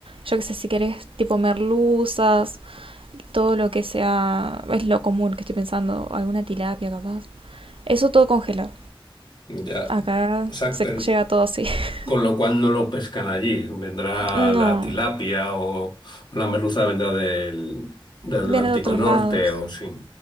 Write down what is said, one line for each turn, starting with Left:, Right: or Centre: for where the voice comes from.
Right: yo que sé, si querés, tipo merluzas, todo lo que sea, es lo común que estoy pensando, alguna tilapia capaz. Eso todo congelado.
Left: Ya.
Right: Acá
Left: O sea,
Right: se
Left: pero-
Right: llega todo así. <laughs>
Left: con lo cual no lo pescan allí. Vendrá
Right: No,
Left: la tilapia o, o la merluza vendrá del, del Atlántico
Right: viene de otros
Left: Norte
Right: lados.
Left: o sí.